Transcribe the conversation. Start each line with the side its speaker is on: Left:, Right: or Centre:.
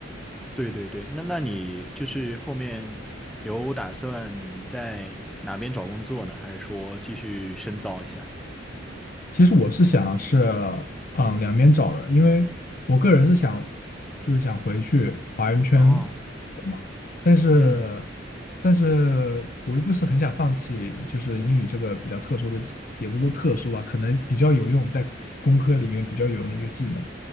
Centre: 对对对，那那你就是后面有打算在哪边找工作呢？还是说继续深造一下？
Left: 其实我是想是，嗯，两边找的，因为我个人是想，就是想回去华人圈
Centre: 哦，
Left: 嘛，但是，
Centre: 嗯
Left: 但是我又不是很想放弃，就是英语这个比较特殊的技也不是说特殊吧，可能比较有用，在工科里面比较有用的一个技能，